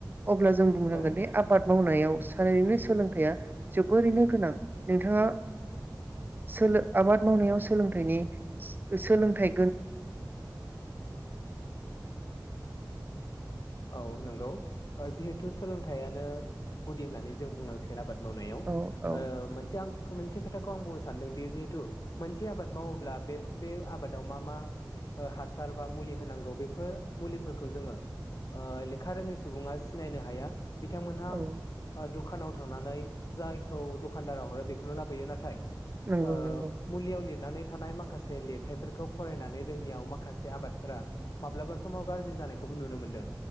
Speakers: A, on the right (about 25°); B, on the left (about 55°).
A: अब्ला जों बुंनांगोन
B: औ
A: दि आबाद मावनायाव थारैनो सोलोंथाइआ जोबोरैनो गोनां नोंथाङा
B: <inaudible>
A: सोलो आबाद मावनायाव सोलोंथाइनि सोलोंथाइ
B: औ नंगौ जिहेथु सोलोंथाइयानो गुदि होननानै जों बुंनांसिगोन आबाद मावनायाव
A: औ औ
B: ओ मोनसे आं मोनसे खोथाखौ आं बुंनो सानदोंदि जिहेतु मोनसे आबाद मावोब्ला बे बे आबादाव मा मा हासार बा ओ मुलि होनांगौ बेफोर मुलिफोरखौ जोंङो ओ लेखा रोङै सुबुङा सिनायनो हाया। बिथांमोनहा
A: औ
B: ओ दु दखानाव थांनानै जायखौ दखानदारा हरो बेखौनो लाबोयो नाथाय
A: नंगौ
B: ओ
A: नंगौ
B: मुलियाव लिरनानै थानाय माखासे लिरथायफोरखौ फरायनानै रोङियाव माखासे आबादफोरा माब्लाबा समाव गाज्रि जानायखौबो नुनो मोनदों।